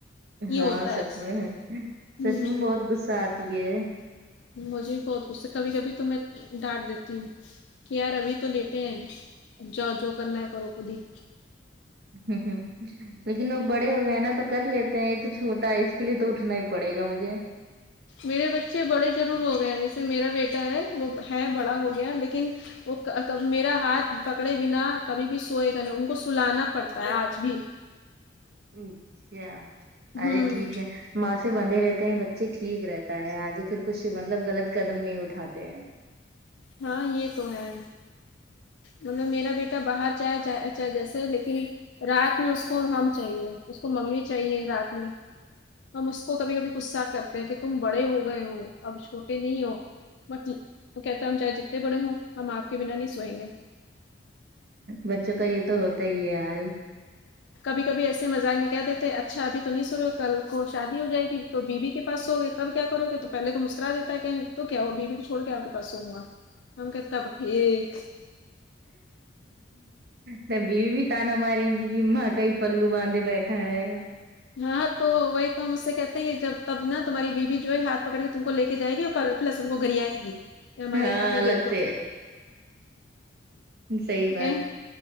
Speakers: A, on the left; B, on the right.
A: یہ
B: ہاں
A: ہوتا
B: سچ
A: اکثر۔
B: میں ہے سچ
A: ہوں
B: میں بہت غصہ آتی ہے
A: مجھے بھی بہت غصہ ہے کبھی کبھی تو میں ڈانٹ دیتی ہوں کہ یار ابھی تو لیٹے ہیں اب جاؤ جو کرنا ہے کرو خود ہی
B: ہوں ہوں لیکن وہ بڑے ہو گئے ہیں نا تو کر لیتے ہیں یہ تو چھوٹا ہے اس کے لیے تو اٹھنا ہی پڑے گا مجھے
A: میرے بچے بڑے ضرور ہو گئے ہیں جیسے میرا بیٹا ہے وہ ہے بڑا ہو گیا لیکن وہ میرا ہاتھ پکڑے بنا کبھی بھی سوئے گا نہیں ان کو سلانا پڑتا ہے آج بھی
B: ہوں کیا
A: ہوں
B: ارے ٹھیک ہے ماں سے بندھے رہتے ہیں بچے ٹھیک رہتا ہے آگے پھر کچھ مطلب غلط قدم نہیں اٹھاتے ہیں
A: ہاں یہ تو ہے مطلب میرا بیٹا باہر جائے جائے جیسے لیکن رات میں اس کو ہم چاہیے اس کو ممی چاہیے رات میں ہم اس کو کبھی کبھی غصہ کرتے ہیں کہ تم بڑے ہو گئے ہو اب چھوٹے نہیں ہو مت ہی وہ کہتا ہے ہم چاہے جتنے بڑے ہوں ہم آپ کے بنا نہیں سوئیں گے
B: بچوں کا یہ تو ہوتا ہی ہے حال
A: کبھی کبھی ایسے مذاق میں کہ دیتے ہیں اچھا ابھی تو نہیں سو رہے ہو کل کو شادی ہو جائے کہ تو بیوی کے پاس سو گئے تب کیا کروگے تو پہلے تو مسکرا دیتا ہے کہ تو کیا ہو وہ بیوی کو چوڑ کے آپ کے پاس سوں گا ہم کہتا <unintelligible>
B: تب بیوی طعنہ ہمارے گی ماں کا ہی پلو باندھے بیٹھا ہے
A: ہاں تو وہ ہ تو ہم اس سے کہتے ہیں کہ جب تب نا تمہاری بیوی جو ہے ہاتھ پکڑ کے تم کو لیکے جائے گی اور پلس ہم کو گریا لے گی ہمارے
B: ہاں
A: پتی
B: الگ
A: دیو کو
B: سے
A: بھی
B: صحیح
A: ٹھیک
B: بات
A: ہے۔